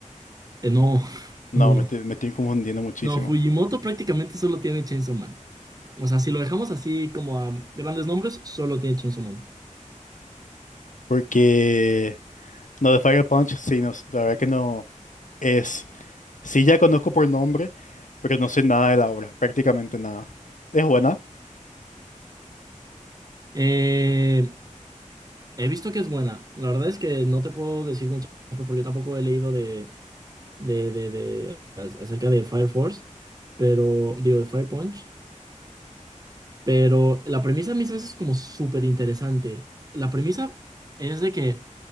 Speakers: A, on the right; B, on the left.
A: Eh, no, <laughs>
B: No,
A: no, no.
B: me estoy, me estoy confundiendo muchísimo.
A: No, Fujimoto prácticamente solo tiene Chainsaw Man. O sea, si lo dejamos así como a grandes nombres, solo tiene Chainsaw Man.
B: Porque, no, de Fire Punch, sí, no, la verdad que no es. Sí, ya conozco por nombre, pero no sé nada de la obra, prácticamente nada. ¿Es buena?
A: Eh, he visto que es buena. La verdad es que no te puedo decir mucho porque yo tampoco he leído de, de, de, de- ac- acerca de Fire Force, pero digo de Fire Punch. Pero la premisa a mí se me hace como súper interesante. La premisa es de que